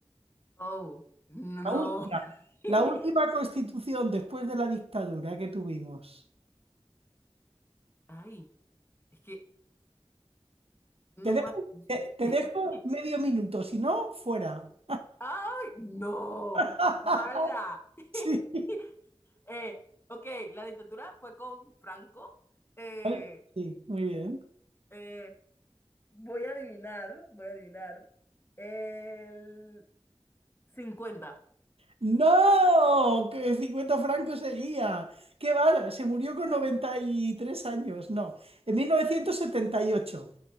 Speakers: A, on the left (about 20°); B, on the right (about 70°).
A: Oh, no.
B: La última,
A: <laughs>
B: la última Constitución después de la dictadura que tuvimos.
A: Ay, es que no
B: Te dejo,
A: ma-
B: te, te
A: <laughs>
B: dejo medio minuto, si no, fuera.
A: ¡Ay, no!
B: <laughs>
A: ¡Mala! <laughs>
B: Sí.
A: Eh, ok, la dictadura fue con Franco. Eh,
B: Ay, Sí, muy bien.
A: eh, voy a adivinar, voy a adivinar. El 50.
B: No, que 50 francos seguía. ¿Qué va? Se murió con 93 años. No, en 1978.